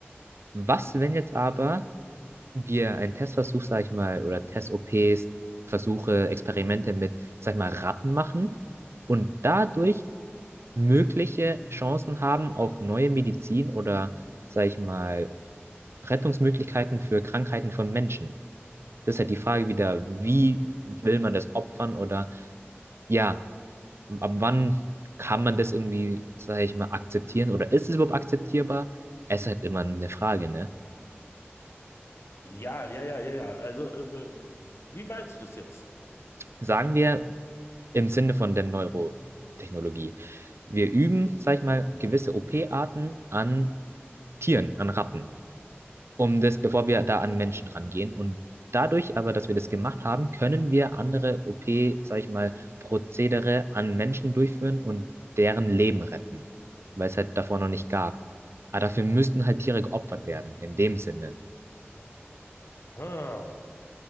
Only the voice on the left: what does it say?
Ja, ja, ja, ja, ja. Also, äh, äh, wie meinst du das jetzt?
Ah,